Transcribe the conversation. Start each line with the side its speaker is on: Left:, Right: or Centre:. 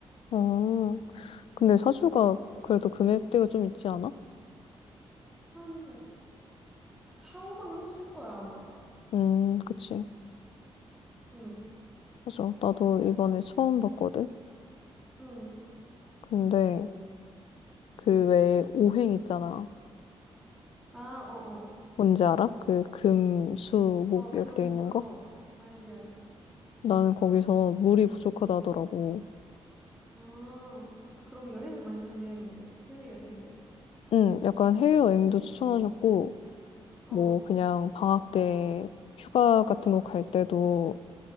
Left: 어, 근데 사주가 그래도 금액대가 좀 있지 않아?
Centre: 한 4, 5만 원 할 거야, 아마.
Left: 음, 그치.
Centre: 응,
Left: 맞아. 나도 이번에 처음 봤거든?
Centre: 응.
Left: 근데 그 외에 오행 있잖아.
Centre: 아, 어, 어.
Left: 뭔지 알아? 그 금, 수, 목
Centre: 어, 금,
Left: 이렇게 돼 있는
Centre: 수, 어.
Left: 거?
Centre: 알지, 알지.
Left: 나는 거기서 물이 부족하다 하더라고.
Centre: 아, 그럼 여행을 많이 다녀야겠네. 해외여행을.
Left: 음, 약간 해외여행도 추천하셨고,
Centre: 어.
Left: 뭐, 그냥 방학 때 휴가 같은 거 갈 때도,